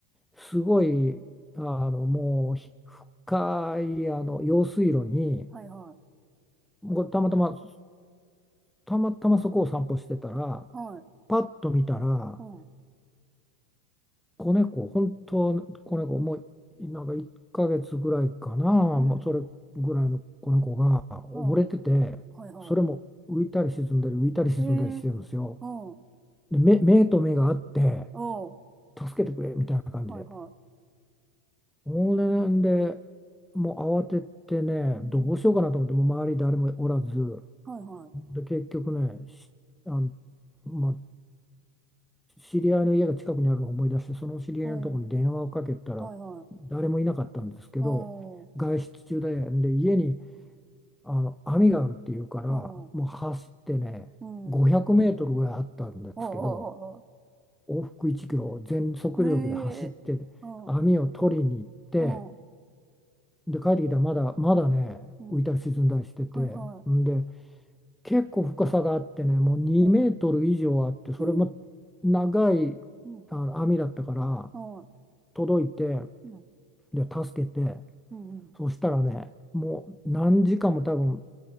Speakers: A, in the centre; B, on the right.
A: すごい、あの、もうひ深い、あの、用水路に、
B: はいはい。
A: もうたまたま、たまたまそこを散歩してたら、
B: はい。
A: パッと見たら、
B: うん。
A: 子猫、本当子猫、もうなんか1ヶ月ぐらいかな、もうそれぐらいの子猫が溺れてて、
B: うん。はい。はいは
A: それも浮いたり沈んだり、浮いたり沈んだりしてるんですよ。
B: い。ええうん。う
A: で、目、目と目があって、
B: ん。
A: 助けてくれみたいな感じで。
B: はいは
A: そんで、もう慌ててね、
B: い。うん。
A: どうしようかなと思って、もう周り誰もおらず、
B: はいはい。
A: で、結局ね、しあの、まあ、知り合いの家が近くにあるのを思い出してその知り合いのところに電話をかけたら
B: うん。はいはい。
A: 誰もいなかったんですけど外出中で、
B: うん。
A: で家にあの網があるっていうからもう走ってね500メートルぐらいあったんですけど
B: うん。うん。ああ、ああ、あ
A: 往復1キロ全速力で走って網を取りに行って
B: あええ。ああ、うん。
A: で帰ってきたらまだまだね浮いたり沈んだりしててんで
B: うん。はいはい。
A: 結構深さがあってねもう2メートル以上あってそれも長いあの網だったから。
B: うん。ええうん。は
A: 届いて
B: い。うん。
A: で助けて
B: うん。うん。
A: そしたらねもう何時間も多分
B: うん